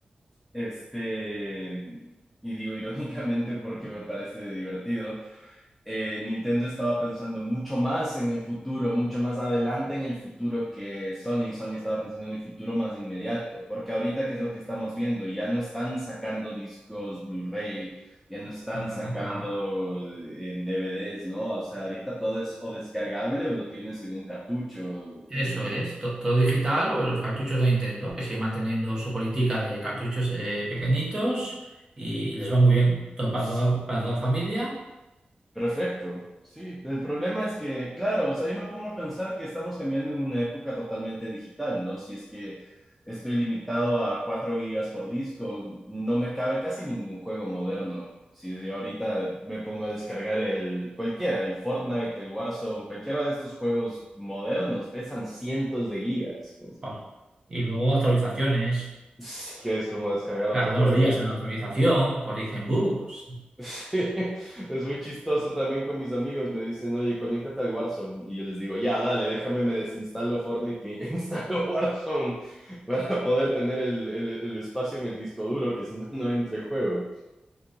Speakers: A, in the centre; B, on the right.
A: este, y digo irónicamente porque me parece divertido, eh, Nintendo estaba pensando mucho más en el futuro, mucho más adelante en el futuro que Sony. Y Sony estaba pensando en el futuro más inmediato, porque ahorita, ¿qué es lo que estamos viendo? Ya no están sacando discos Blu-ray, ya no
B: <laughs>
A: están
B: para
A: sacando
B: nada.
A: en DVDs, ¿no? O sea, ahorita todo es o descargable o lo tienes en un cartucho,
B: Eso
A: en, en-
B: es, to- todo digital o los cartuchos de Nintendo, que sigue manteniendo su política de cartuchos eh, pequeñitos y, les va muy bien, todo para
A: Sí,
B: toda, para toda la familia.
A: Perfecto, sí. El problema es que, claro, o sea, yo me pongo a pensar que estamos cambiando en una época totalmente digital, ¿no? Si es que estoy limitado a 4 gigas por disco, no me cabe casi ningún juego moderno. Si desde ahorita me pongo a descargar el cualquiera, el Fortnite, el Warzone, cualquiera de estos juegos modernos, pesan cientos de gigas.
B: Ah, Y luego actualizaciones.
A: Es- que es como descargar otro
B: Cada dos
A: juego.
B: días en actualización, corrigen bugs.
A: <laughs> Sí, es muy chistoso también con mis amigos. Me dicen, oye, conéctate al Warzone. Y yo les digo, ya, dale, déjame, me desinstalo Fortnite y <laughs> instalo Warzone para poder tener el, el- el espacio en el disco duro, que si no, no entra el juego.